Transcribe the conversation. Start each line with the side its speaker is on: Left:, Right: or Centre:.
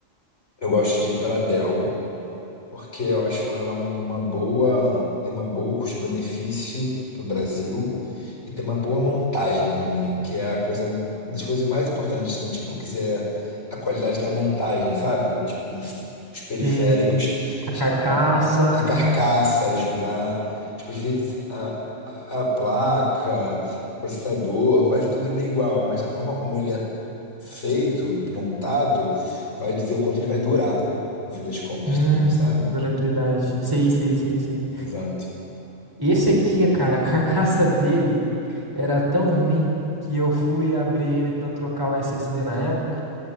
Left: eu gosto de ir pra Dell. porque eu acho ela uma boa, tem uma boa custo-benefício para o Brasil e tem uma boa montagem também, que é a coisa, uma das coisas mais importantes dos notebooks é a qualidade da montagem, sabe? Tipo, os periféricos,
Right: E a carcaça,
Left: a, a, a carcaça ajudar, tipo, às vezes a, a placa, o processador, vai ser tudo meio igual, mas a forma como ele é feito, montado, vai dizer o quanto ele vai durar, no fim das contas
Right: hum,
Left: também, sabe?
Right: durabilidade. Sei, sei, sei, sei.
Left: Exato.
Right: Esse aqui, cara, <laughs> a carcaça dele era tão ruim que eu fui abrir ele pra trocar o SSD na época